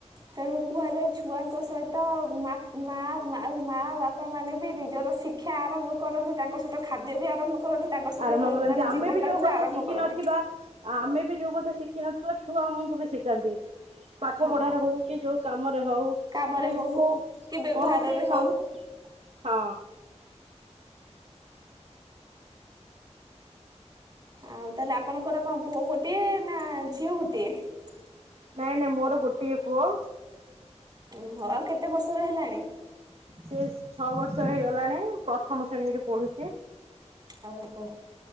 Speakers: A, on the right; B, on the right.
A: ତେଣୁ କୁହାଯାଏ ଛୁଆଙ୍କ ସହିତ ତ ମା ଆଉ ମା ବାପା ମାନେ ବି ନିଜର ଶିକ୍ଷା ଆରମ୍ଭ କରନ୍ତି ତାଙ୍କ ସହିତ ଖାଦ୍ୟ ବି ଆରମ୍ଭ କରନ୍ତି ତାଙ୍କ ସହିତ
B: ଆରମ୍ଭ କରନ୍ତି
A: ମାନେ
B: ଆମେ
A: ଜୀବନ
B: ବି
A: ଟାକୁ
B: ଯୋଉ କଥା
A: ଆରମ୍ଭ
B: ଶିଖିିନଥିବା
A: କରନ୍ତି
B: ଆମେ ବି ଯୋଉ କଥା ଶିଖ କେ ଛୁଆ ଛୁଆ ଆମକୁ ବି ଶିଖାନ୍ତି ପାଠ
A: ହଁ
B: ପଢାରେ ହଉ କି ଯୋଉ କାମରେ ହଉ କି
A: କାମରେ ହଉ
B: କୋଉ
A: କି ବ୍ୟବହାରରେ
B: କୌଣସି ହଁ
A: ହଉ
B: ।
A: ଆଉ ତାହେଲେ ଆପଣଙ୍କର କଣ ପୁଅ ଗୋଟିଏ ନା ଝିଅ ଗୋଟିଏ ।
B: ନାଇଁ ନାଇଁ ମୋର ଗୋଟିଏ ପୁଅ ।
A: ଉହୋ ଆଉ କେତେ ବର୍ଷର ହେଲାଣି?
B: ସେ ଛଅ ବର୍ଷ ହେଇଗଲାଣି ପ୍ରଥମ ଶ୍ରେଣୀରେ ପଢୁଚି ।
A: ଓହୋ